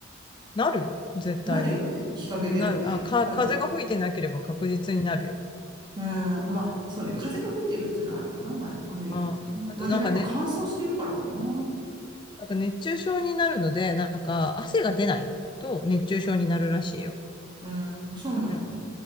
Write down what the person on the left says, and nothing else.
なるよ、絶対に。
なる。あ、か、
風が吹いてなければ確実になるよ。
あ、あとなんかね、
なんか熱中症になるので、なんか汗が出ないと熱中症になるらしいよ。
うん